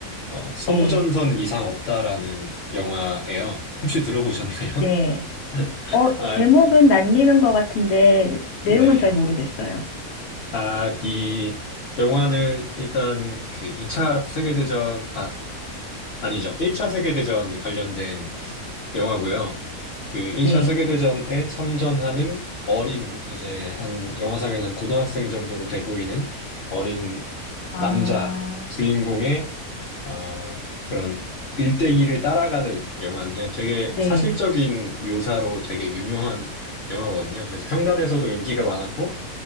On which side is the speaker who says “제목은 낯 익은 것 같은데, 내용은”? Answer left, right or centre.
Left